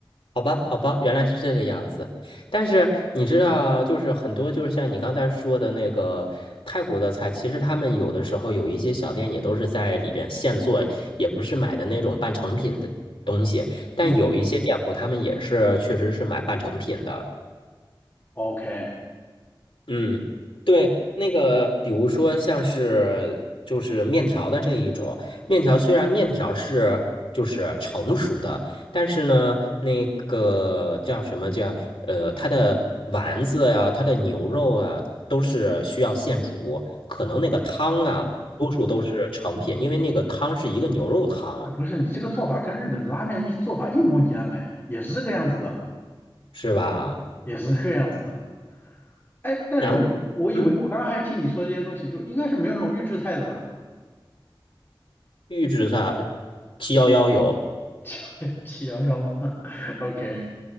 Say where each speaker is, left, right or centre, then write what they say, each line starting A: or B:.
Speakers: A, on the left (about 85°); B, on the left (about 25°).
A: 好吧，好吧，原来是这个样子。但是你知道，就是很多，就是像你刚才说的那个泰国的菜，其实他们有的时候有一些小店也都是在里边现做，也不是买的那种半成品的东西。但有一些店铺，
B: <laughs> 嗯
A: 他们也是确实是买半成品的。
B: ，OK，
A: 嗯，对，那个比如说像是就是面条的这一种，面条虽然面条是就是成熟的，但是呢，那个叫什么叫呃，它的丸子呀，它的牛肉啊，都是需要现煮，可能那个汤啊，多数都是成品，因为那个汤是一个牛肉汤，
B: 不是你这个做法跟日本拉面的一做法一模一样哎，也是这个样子的，
A: 是吧？
B: 也是这个样子的。哎，但是我我以为我刚刚还是听你说这些东西，
A: 然后嗯，
B: 就应该是没有那种预制菜的吧？
A: 预制菜七幺幺有。
B: <laughs> 七幺幺吗 <laughs>？OK。